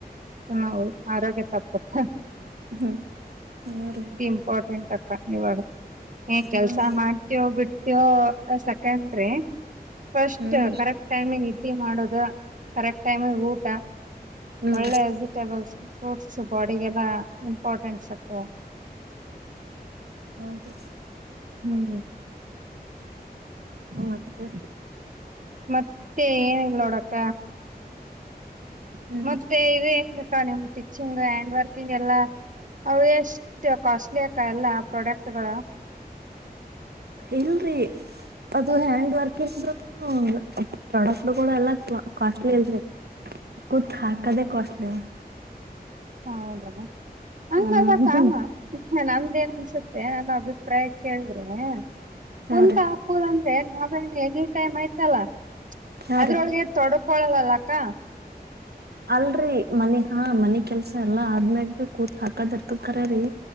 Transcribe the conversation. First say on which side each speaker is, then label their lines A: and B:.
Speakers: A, on the right (about 50°); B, on the right (about 75°).
A: ನ ಆರೋಗ್ಯ ತಪ್ಪುತ್ತೆ
B: ಹ್ಮ್ ಹ ರೀ
A: ಇಂಪಾರ್ಟೆಂಟ್ <unintelligible> ಏನ್
B: ಹ್ಮ್
A: ಕೆಲ್ಸ ಮಾಡ್ತೆವ್ ಬಿಡ್ತಿಯೋ ಸೆಕೆಂಡ್ರಿ ಫಸ್ಟ್
B: ಹ್ಮ್
A: ಕರೆಕ್ಟ್ ಟೈಮಿಗ್ ನಿದ್ದಿ ಮಾಡೋದ, ಕರೆಕ್ಟ್ ಟೈಮಿಗ್ ಊಟ,
B: ಹ್ಮ್
A: ಒಳ್ಳೆ ವೆಜಿಟೇಬಲ್ಸ್ ಫ್ರೂಟ್ಸ್ ಬಾಡಿಗೆಲ್ಲ ಇಂಪಾರ್ಟೆನ್ಸ್ ಅಕ್ಕ
B: ಹೌದು
A: ಹ್ಮ್
B: ಹ್ಮ್ ಮತ್ತೆ
A: ಮತ್ತೆ ಏನಿಲ್ ನೋಡಕ್ಕ
B: ಹ್ಮ್
A: ಮತ್ತೆ ಇದು ಎಂಗ್ ಸ ನಿಮ್ ಟಿಚ್ಚಿನ್ಗು ಹ್ಯಾಂಡ್ ವರ್ಕ್ ಗೆಲ್ಲ ಅವ ಎಷ್ಟು ಕಾಸ್ಟ್ಲಿ ಆಕ ಎಲ್ಲಾ ಪ್ರಾಡಕ್ಟ್ಗಳ
B: ಇಲ್ರಿ ಅದು ಹ್ಯಾಂಡ್ ವರ್ಕ್ <unintelligible> ಪ್ರಾಡಕ್ಟ್ಗಳು ಎಲ್ಲ ಕಾಸ್ಟ್ಲಿ ಅಲ್ರಿ ಕುತ್ ಹಾಕದೆ <unintelligible>
A: ಹಾ ಹೌದಮ್ಮ ಹಂಗದಕ್ಕ
B: ಹ್ಮ್ ಹ್ಮ
A: ನಮ್ದೇನ್ ಅನ್ಸುತ್ತೆ ನಾ ಅಭಿಪ್ರಾಯ ಕೇಳಿದ್ರೆ ಕುಂತ್
B: ಹಾ ರೀ
A: ಹಾಕೊದ್ ಅಂದ್ರೆ ನಾವೇನ್ ಎನಿ ಟೈಮ್ ಆಯ್ ಚಲ
B: ಹಾ
A: ಅದ್ರೊಳ್ಗೆ
B: ರೀ
A: ತೊಡ್ಕೊಳ್ಳದಕ್ ಕ
B: ಅಲ್ರಿ ಮನಿ ಹಾ ಮನಿ ಕೆಲ್ಸ. ಎಲ್ಲ ಆದ್ಮ್ಯಾಕ್ ಕೂತ್ ಹಾಕದ್ ಇರ್ತದ್ ಕರೆರೀ.